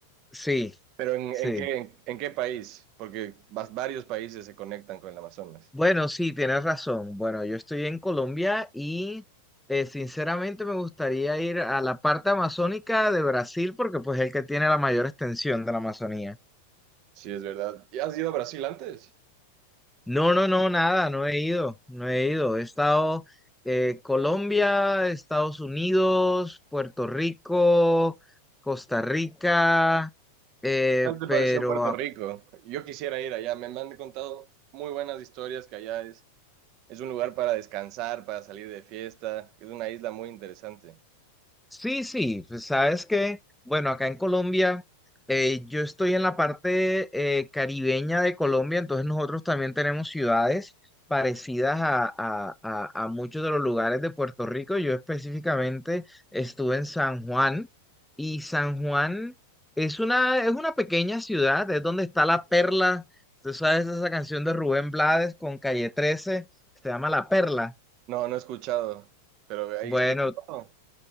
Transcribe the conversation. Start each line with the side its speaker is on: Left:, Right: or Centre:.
Centre: sí,
Right: Pero en,
Centre: sí.
Right: en qué, en, en qué país? Porque vas- varios países se conectan con el Amazonas.
Centre: Bueno, sí, tienes razón. Bueno, yo estoy en Colombia y eh, sinceramente me gustaría ir a la parte amazónica de Brasil porque pues es el que tiene la mayor extensión de la Amazonía.
Right: Sí, es verdad. ¿Y has ido a Brasil antes?
Centre: No, no, no, nada, no he ido, no he ido. He estado eh, Colombia, Estados Unidos, Puerto Rico, Costa Rica, eh,
Right: ¿Qué tal te
Centre: pero
Right: pareció Puerto Rico? Yo quisiera ir allá. Me, me han contado muy buenas historias que allá es, es un lugar para descansar, para salir de fiesta, que es una isla muy interesante.
Centre: Sí, sí, pues, sabes que, bueno, acá en Colombia, eh, yo estoy en la parte eh, caribeña de Colombia, entonces nosotros también tenemos ciudades parecidas a, a- a- a muchos de los lugares de Puerto Rico. Yo específicamente estuve en San Juan y San Juan es una, es una pequeña ciudad, es donde está La Perla. Tú sabes esa canción de Rubén Blades con Calle 13, se llama La Perla.
Right: No, no he escuchado, pero ahí
Centre: Bueno,
Right: explica todo.